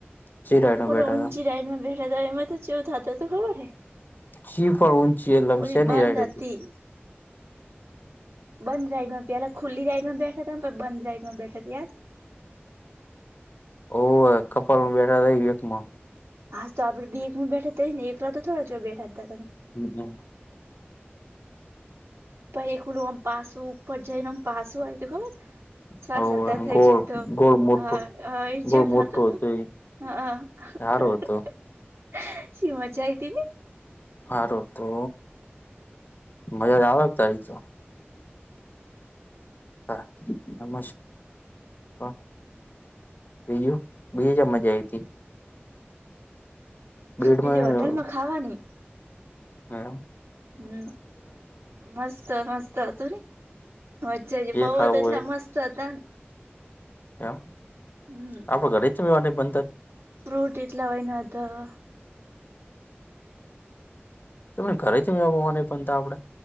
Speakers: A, on the left; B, on the right.
A: ચી રાઈડ
B: ઓલો
A: બેઠા
B: ઊંચી
A: હતા
B: રાઈડમાં બેઠા તો એમાં તો જેવું થતો તો ખબર હે,
A: ચી પણ ઊંચી લમશે
B: ઓરી બંધ
A: ની રાઈડ
B: હતી. બંધ રાઈડમાં પેલા ખુલ્લી રાઈડ માં બેઠા હતા બંધ રાઈડમાં બેઠા તે યાદ.
A: ઓવ કપાલ બેઠા <unintelligible> માં
B: હા તોડે બે એકમાં બેઠા થ ને એકલા તો થોડા જો બેઠા હતા તમે
A: હમ હમ
B: પ એ ખુલું આમ પાસું ઉપર જઈને આમ પાસું આવય તું ખબર
A: હમ
B: શ્વાસ અા થઈ
A: ગોળ
B: જ તો
A: ગોળ મોટો
B: હ એ જેવું
A: ગોળ
B: થતું
A: મોટો
B: હતું
A: હતો એ
B: હા <unintelligible>
A: સારો હતો
B: શી મજા આઈતીની
A: હા રો તો મજા <unintelligible> ત હ નિયમ હ બીયુ બીજા મજા આવી હી ગેટમાં
B: બીજી
A: <inaudible>
B: હોટલમાં ખાવાની
A: મેડમ
B: હમ મસ્ત મસ્ત હતું ને. વચ્છા
A: જે
B: ફવવા
A: ખાવું
B: તો એટલા મસ્ત હતા
A: <unintelligible>
B: હમ
A: આપડો ઘરે ચલ જવાની મન
B: ફ્રૂટ એટલા હોય ન હતા.
A: તમે ઘરે ચલજા વાનિ પણ આપડે